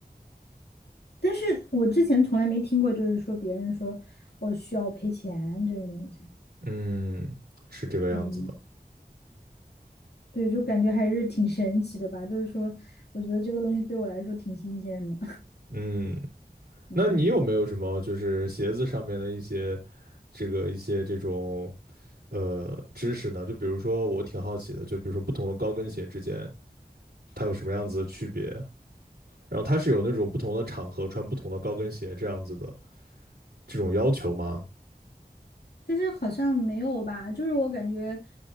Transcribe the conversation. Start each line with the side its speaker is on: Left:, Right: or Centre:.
Left: 但是我之前从来没听过，就是说别人说我哦需要赔钱这种东西。
Right: 嗯，是这个样子的。
Left: 嗯，对，就感觉还是挺神奇的吧。就是说，我觉得这个东西对我来说挺新鲜的。
Right: 嗯，
Left: 嗯，
Right: 那你有没有什么就是鞋子上面的一些这个一些这种呃知识呢？就比如说我挺好奇的，就比如说不同的高跟鞋之间它有什么样子的区别？然后它是有那种不同的场合穿不同的高跟鞋这样子的这种要求吗？
Left: 就是好像没有吧，就是我感觉，